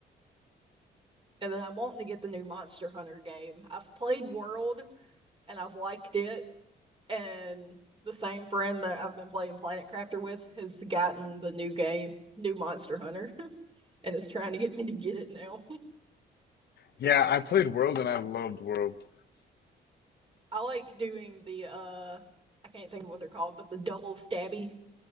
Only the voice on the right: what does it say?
And then I'm wanting to get the new Monster Hunter game. I've played World and I've liked it. And the same friend that I've been playing Planet Crafter with has gotten the new game, new Monster Hunter, <laughs> and is trying to get me to get it now. <laughs>
I like doing the uh I can't think of what they're called, but the double stabby